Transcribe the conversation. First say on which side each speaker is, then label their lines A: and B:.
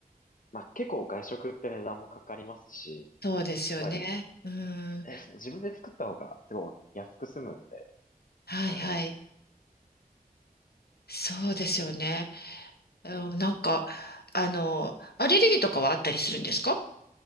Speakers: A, on the left (about 55°); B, on the left (about 80°).
A: まあ結構外食って値段もかかりますし、
B: そうですよね。
A: やっぱり、
B: うん。
A: あれですね、自分で作った方がすごい安く済むんで、
B: はいはい。
A: それもあります。
B: そうですよね。うん、なんか、あの、アレルギーとかはあったりするんですか